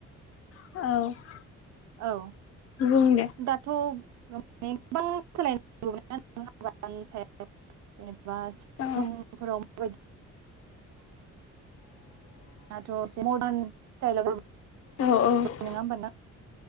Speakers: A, on the left; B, on the right.
A: औ।
B: औ।
A: बुं दे
B: दाथ नै गोबां सोलायनाय <unintelligible> बा समफोराव
A: औ
B: <inaudible> दाथ एसे मर्दान स्टेलाव जाबाय
A: औ औ
B: <unintelligible> नङा होमबाना